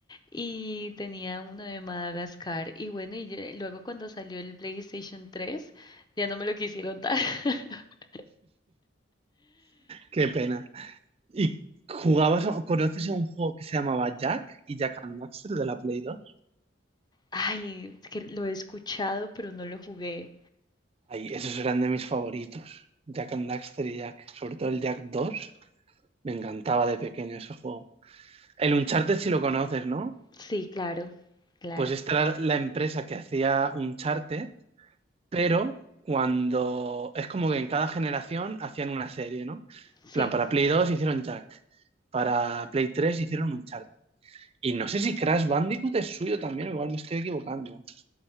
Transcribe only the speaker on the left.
Y tenía uno de Madagascar. Y bueno, y ya- luego cuando salió el PlayStation 3, ya no me lo quisieron dar. <laughs>
Ay, es que lo he escuchado, pero no lo jugué.
Sí, claro, claro.
Sí.